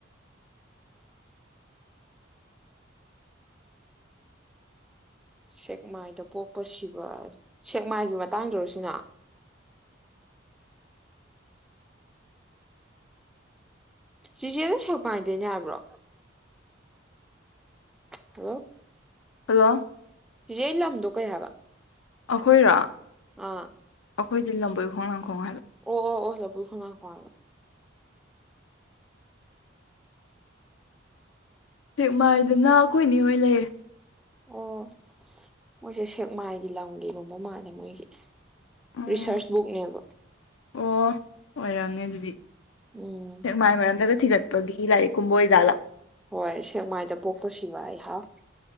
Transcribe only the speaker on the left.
ꯍꯜꯂꯣ
ꯑꯩꯈꯣꯏꯔꯥ
ꯑꯩꯈꯣꯏꯗꯤ ꯂꯝꯕꯣꯏ ꯈꯣꯡꯅꯥꯡꯈꯣꯡ ꯍꯥꯏ
ꯁꯦꯛꯃꯥꯏꯗꯅ ꯀꯈꯣꯏꯏꯅꯤ ꯍꯣꯏ ꯂꯩ
ꯎꯝ
ꯑꯣ ꯑꯣꯏꯔꯝꯅꯦ ꯑꯗꯨꯗꯤ
ꯁꯦꯛꯃꯥꯏ ꯃꯔꯝꯗꯒ ꯊꯤꯒꯠꯄꯒꯤ ꯂꯥꯏꯔꯤꯛꯀꯨꯝꯕ ꯑꯣꯏꯖꯥꯠꯂꯥ